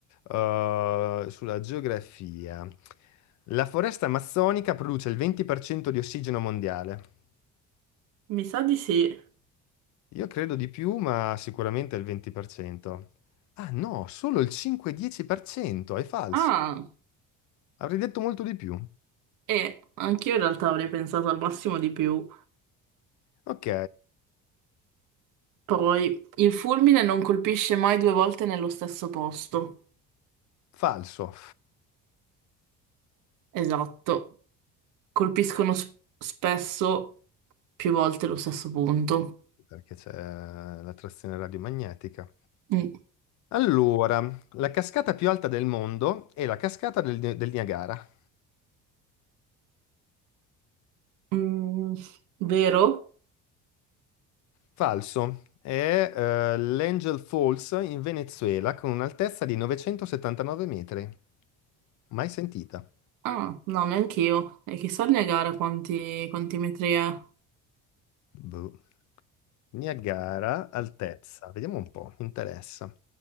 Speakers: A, on the left; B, on the right.
A: eh, sulla geografia. La foresta amazzonica produce il 20% di ossigeno mondiale.
B: mi sa di sì.
A: Io credo di più, ma sicuramente il 20%. Ah no, solo il 5-10%, è falso.
B: Ah,
A: Avrei detto molto di più.
B: e anch'io in realtà avrei pensato al massimo di più.
A: Ok,
B: Poi, il fulmine non colpisce mai due volte nello stesso posto.
A: falso,
B: Esatto. colpiscono s- spesso più volte lo stesso punto.
A: perché c'è la trazione radiomagnetica.
B: Mm.
A: Allora, la cascata più alta del mondo è la cascata del del Niagara.
B: Mm, vero?
A: Falso. È eh, l'Angel Falls in Venezuela con un'altezza di 979 metri. Mai sentita.
B: Ah, no, neanche io. E chissà il Niagara quanti, quanti metri è.
A: Boh. Niagara, altezza. Vediamo un po', mi interessa.